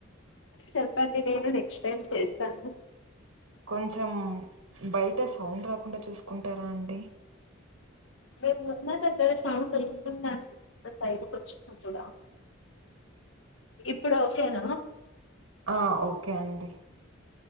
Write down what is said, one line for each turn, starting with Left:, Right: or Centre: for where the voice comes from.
Left: చెప్పండి నేను నెక్స్ట్ టైమ్ చేస్తాను
Right: కొంచెం బయట సౌండ్ రాకుండా చూసుకుంటారా అండి
Left: మేమున్న దగ్గర సౌండ్ వస్తుందండి ఎంత బయటకు వచ్చినా కూడా ఇప్పుడు ఓకేనా
Right: ఆ ఓకే అండి